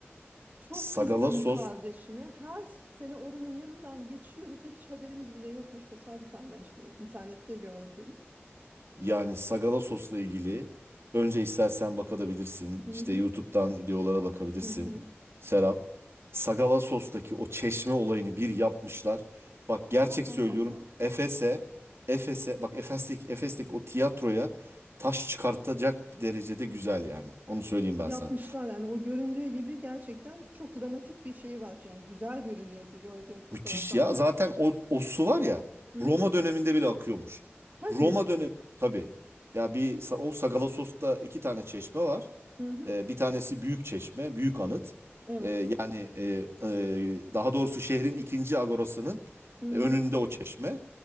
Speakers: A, on the right; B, on the right.
A: çok
B: Sagalassos
A: kızdım kardeşime. Her sene oranın yanından geçiyoruz ve hiç haberimiz bile yokmuş. Tesadüfen ben işte internette gördüm.
B: Yani Sagala sosla ilgili önce istersen bakabilirsin.
A: Hı
B: İşte
A: hı.
B: YouTube'dan videolara bakabilirsin.
A: Hı hı.
B: Serap. Sagala sostaki o çeşme olayını bir yapmışlar. Bak gerçek
A: Allah
B: söylüyorum.
A: Allah.
B: Efes'e, Efes'e, bak Efes'teki, Efes'teki o tiyatroya taş çıkartacak derecede güzel yani. Onu söyleyeyim ben
A: Yapmışlar
B: sana.
A: yani o göründüğü gibi gerçekten çok dramatik bir şey var. Yani güzel görünüyordu gördüğüm fotoğraflarda.
B: Müthiş ya. Zaten o, o su var ya
A: Hı
B: Roma
A: hı.
B: döneminde bile akıyormuş.
A: Hadi.
B: Roma dönemi tabii. Ya bir sa- o Sagala sosta iki tane çeşme var.
A: Hı hı.
B: E, bir tanesi Büyükçeşme, Büyük Anıt.
A: Evet.
B: E, yani e, e, daha doğrusu şehrin ikinci agorasının
A: Hı
B: e, önünde
A: hı.
B: o çeşme.